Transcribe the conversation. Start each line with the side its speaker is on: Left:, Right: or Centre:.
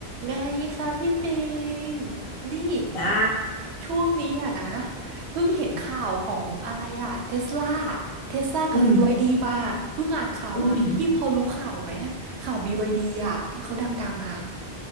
Right: ไงคะพี่ปิงนี่
Left: จ้า
Right: ช่วงนี้อะนะเพิ่งเห็นข่าวของอะไรอะเทสลาเทสลากับบีวายดีมาเพิ่งอ่านข่าวมาพี่พอรู้ข่าวไหม
Left: อืมอืม
Right: ข่าว BYD อะที่เขาดังๆอะ